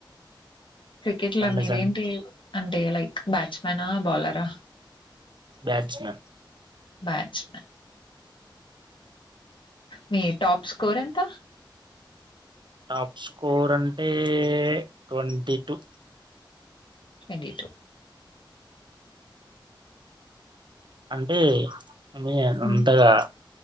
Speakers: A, on the left; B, on the right.
A: క్రికెట్
B: సండే
A: లో మీరేంటి
B: సండే
A: అంటే లైక్ బ్యాట్స్మనా బౌలరా
B: బ్యాట్స్మన్
A: బ్యాట్స్మన్ మీ టాప్ స్కోర్ ఎంత
B: టాప్ స్కోర్ అంటే ట్వంటీ టూ
A: ట్వంటీ టూ
B: అంటే మే
A: టూ
B: అంతగా